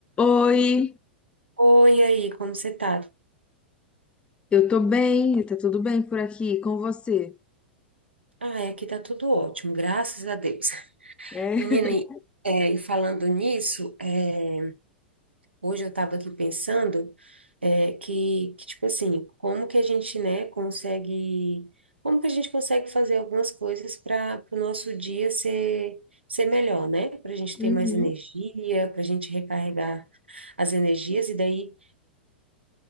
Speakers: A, on the left; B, on the right.
A: Oi,
B: Oi, aí, como você tá?
A: eu tô bem, tá tudo bem por aqui com você?
B: Ah, é, aqui tá tudo ótimo, graças a Deus.
A: É. <laughs>
B: Menina, e é, e falando nisso, é, hoje eu tava aqui pensando é, que, que, tipo assim, como que a gente, né, consegue, como que a gente consegue fazer algumas coisas para o nosso dia ser, ser melhor, né? Para a gente ter
A: Uhum.
B: mais energia, para a gente recarregar as energias, e daí.